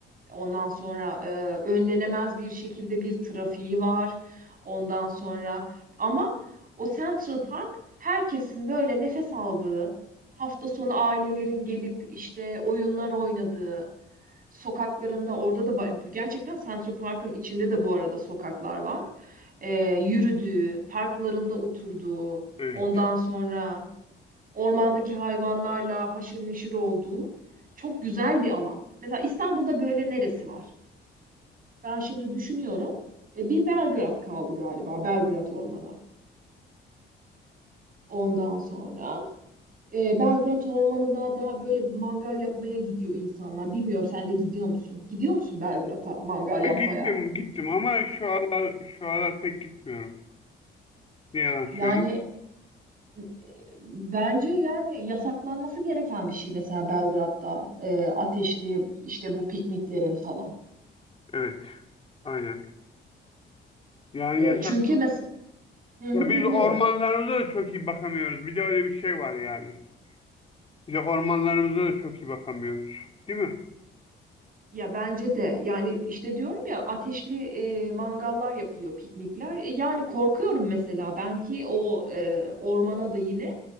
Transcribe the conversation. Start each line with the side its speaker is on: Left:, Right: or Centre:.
Right: Ondan sonra e, önlenemez bir şekilde bir trafiği var. Ondan sonra ama o Central Park herkesin böyle nefes aldığı, hafta sonu ailelerin gelip işte oyunlar oynadığı, sokaklarında orada da ba- gerçekten Central Park'ın içinde de bu arada sokaklar var. E, yürüdüğü, parklarında oturduğu,
Left: Evet.
Right: ondan sonra ormandaki hayvanlarla haşır neşir olduğu çok güzel bir alan. Mesela İstanbul'da böyle neresi var? Ben şimdi düşünüyorum. E, bir Belgrad kaldı galiba. Belgrad Ormanı. Ondan sonra e, Belgrad Ormanı'nda da böyle mangal yapmaya gidiyor insanlar. Bilmiyorum sen de gidiyor musun? Gidiyor musun Belgrad'a mangal yapmaya?
Left: E, gittim gittim ama şu aralar, şu aralar pek gitmiyorum. Ne yalan
Right: Yani
Left: söyleyeyim.
Right: e, bence yani yasaklanması gereken bir şey mesela Belgrad'da e, ateşli işte bu pikniklerin falan.
Left: Evet aynen. Yani
Right: E,
Left: yasak.
Right: çünkü mesela hı hı,
Left: Ya biz
Right: dinliyorum.
Left: ormanlarımıza da çok iyi bakamıyoruz. Bir de öyle bir şey var yani. Bir de ormanlarımıza da çok iyi bakamıyoruz. Değil mi?
Right: Ya bence de yani işte diyorum ya ateşli e, mangallar yapılıyor piknikler. E, yani korkuyorum mesela ben ki o e, ormana da yine